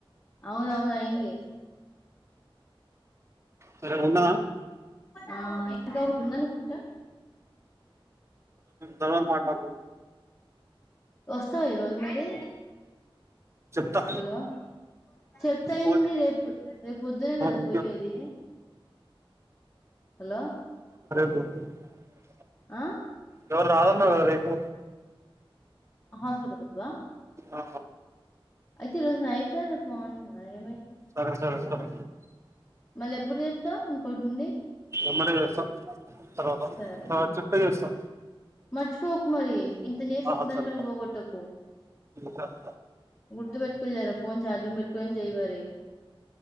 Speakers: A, on the left; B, on the right.
A: అవునవును అయింది
B: సరే ఉండనా
A: ఆ ఉంద ఒకటి ఉందనుకుంటా
B: తర్వాత మాట్లాడదాం
A: వస్తాయి రోజు మరీ
B: చెప్తా
A: హలో చెప్తయింది.
B: ఫోన్
A: రేపు రేపు పొద్దునే కదా
B: ఓకే
A: పోయేది హలో
B: <inaudible>
A: ఆ
B: ఎవరు రారాన్నావ్ కదా రేపు
A: ఆ హాస్టల్ కత్వా
B: ఆ
A: అయితే రోజు నై రేపు మార్నింగ్ రా ఏమై
B: సరే సరే సరే
A: మల్ల ఎప్పుడు చే ఇంకోటి ఉంది
B: ఎమ్మడి వ్యసా తర్వాత
A: సరే
B: తర్వాత చెప్పే చేస్తా
A: మర్చిపోకు మరి ఇంత చేసి
B: ఆ
A: ఒకదానిక
B: సరే
A: పోగొట్టకు
B: సరే
A: గుర్తు పెట్టుకుొచ్చారా ఫోన్ చార్జంగ్ పెట్టుకొని చేమరి